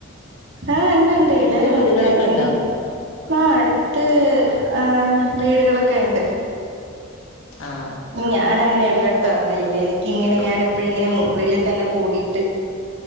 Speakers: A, on the right (about 60°); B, on the left (about 80°).
A: ഹാ ഹ് ഇണ്ട് ണ്ട് എല്ലാരും
B: എടുത്ത വീടുകളൊക്കെ
A: ഉണ്ട് ഇന്ന്
B: ഉണ്ടോ
A: ആ അടുത്ത്.. ആ വീടുകളൊക്കെയെണ്ട്
B: ആഹ്
A: ഞാനങ്ങനെ നെ എല്ലായിടത്തുറങ്ങലില്ല. എനിക്കി ങ്ങനെ ഞാനെപ്പഴും ഇങ്ങനെമുറിൽ തന്നെ കൂടി ട്ട്